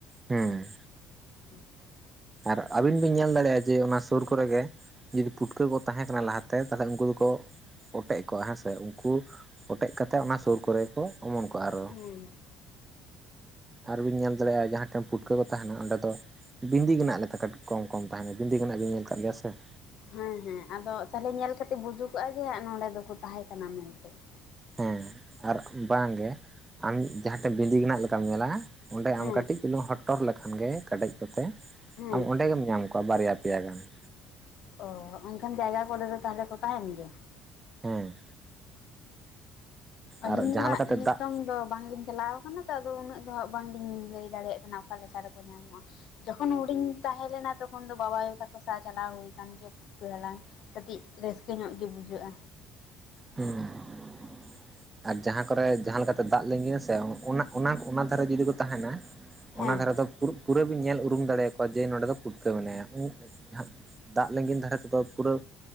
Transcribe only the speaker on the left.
<inaudible>
ᱦᱩᱸ
ᱦᱮᱸ ᱦᱮᱸ ᱟᱫᱚ ᱛᱟᱦᱚᱞᱮ ᱧᱮᱞ ᱠᱟᱛᱮᱜ ᱵᱩᱡᱩᱜᱚᱜ-ᱟ ᱡᱮ ᱱᱚᱰᱮ ᱫᱚᱠᱚ ᱛᱟᱦᱮᱸ ᱠᱟᱱᱟ ᱢᱮᱱᱛᱮ ᱾
ᱦᱮᱸ
ᱦᱮᱸ
ᱚ ᱚᱱᱠᱷᱟᱱ ᱡᱟᱭᱜᱟ ᱠᱚᱨᱮ ᱫᱚ ᱛᱟᱦᱚᱞᱮ ᱠᱚ ᱛᱟᱦᱮᱱ ᱜᱮᱭᱟ ᱾
ᱟᱹᱞᱤᱧ
ᱫᱚ ᱦᱟᱸᱜ
ᱱᱤᱛᱚᱝ
ᱫᱚ ᱵᱟᱝᱞᱤᱧ ᱪᱟᱞᱟᱣ ᱚᱱᱟᱛᱮ ᱟᱫᱚ ᱩᱱᱟᱹᱜ ᱫᱚ ᱦᱟᱸᱜ ᱵᱟᱝᱞᱤᱧ ᱞᱟᱹᱭ ᱫᱟᱲᱮᱭᱟᱜ ᱠᱟᱱᱟ ᱚᱠᱟ ᱞᱮᱠᱟ ᱨᱮᱠᱚ ᱧᱟᱢᱚᱜ-ᱟ᱾ ᱡᱚᱠᱷᱚᱱ ᱦᱩᱰᱤᱧ ᱛᱟᱦᱮᱸ ᱞᱮᱱᱟ ᱛᱚᱠᱷᱚᱱ ᱫᱚ ᱵᱟᱵᱟ ᱟᱭᱳ ᱛᱟᱠᱚ ᱥᱟᱶ ᱪᱟᱞᱟᱣ ᱦᱩᱭ ᱠᱟᱱ ᱜᱮᱭᱟ ᱯᱩᱴᱠᱟᱹ ᱦᱟᱞᱟᱝ ᱾ ᱠᱟᱹᱴᱤᱡ ᱨᱟᱹᱥᱠᱟᱹ ᱧᱚᱜ ᱜᱮ ᱵᱩᱡᱷᱟᱹᱜ-ᱟ᱾
ᱦᱮᱸ